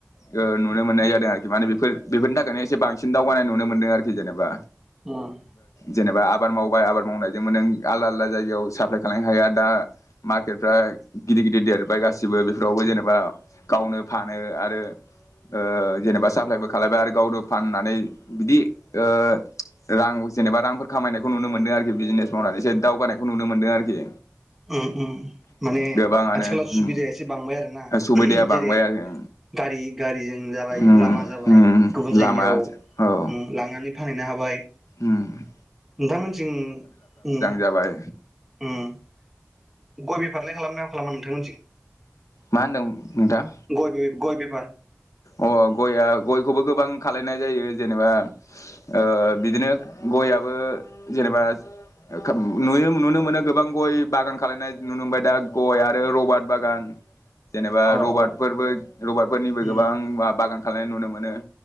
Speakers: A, on the left; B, in the centre.
A: ओ नुनो मोननाय जादों आरोखि। माने बेफोर बेफोरनि थाखायनो एसे बांसिन दावगानाय नुनो मोनदों आरोखि जेनेबा।
B: उम।
A: जेनेबा। आबाद मावबाय आबाद मावनायजोंबो नों आलदा आलदा जायगायाव साप्लाय खालामनो हाया दा मार्केटफ्रा गिदिर गिदिर देरबाय गासिबो बेफोरावबो जेनेबा। गावनो फानो आरो ओ जेनेबा साप्लायबो खालामबाय आरो गावनो फाननानै बिदि ओ रां जेनेबा रांफोर खामायनायखौ खौ नुनो मोनदों आरोखि बिजनेस मावनानै एसे दावगानायखौ नुनो मोनदों आरोखि
B: उम उम माने
A: गोबाङानो
B: आथिखालाव सुबिदाया
A: उम
B: एसे बांबाय आरोना
A: सुबिदाया बांबाय
B: जेरै
A: आरो
B: गारि गारिजों जाबाय
A: उम
B: लामा जाबाय
A: उम
B: गुबुन
A: लामा
B: जायगायाव
A: औ
B: लांनानै फानैनो हाबाय
A: ओम
B: नोंथांमोनथिं ओम
A: जाबाय
B: ओम फारलाय खालामो ना खालामा नोंथांमोनथिं
A: मा होनदों नोंथां
B: गयबि गय बिफार
A: अ गया गयखौबो गोबां खालायनाय जायो जेनेबा ओ बिदिनो गयाबो जेनेबा रोखोम नुयो नुनो मोनो गोबां गय बागान खालायनाय नुनो मोनबाय दा गय आरो रबाट बागान जेनेबा
B: औ
A: रबारटफोरबो
B: औ
A: रबार फोरनिबो
B: उम
A: गोबां बा-बागान खालायनाय नुनो मोनो।